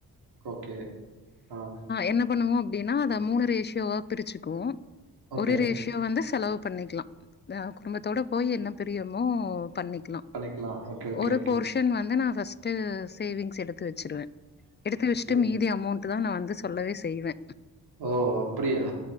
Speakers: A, on the right; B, on the left.
A: ஓகே ஆ
B: என்ன பண்ணுவோ அப்டின்னா அதை மூணு ரேஷியோவா பிரிச்சுக்குவோ
A: ஓகே
B: ஒரு ரேஷியோ யோ வந்து செலவு பண்ணிக்கலா குடும்பத்தோட போய் என்ன பிரியமோ பண்ணிக்கலா
A: பண்ணிக்கலா ஓகே ஓகே
B: ஒரு
A: ஓகே
B: போர்ஷ் வந்து நான் பஸ்ட் சேவிங்ஸ் எடுத்து வச்சிருவே எடுத்து வெஸ்ட்டு
A: ஓகே
B: மீதி அமோண்ட் ட்டு தான் நா வந்து சொல்லவே செய்வே
A: ஓ அப்பிடியா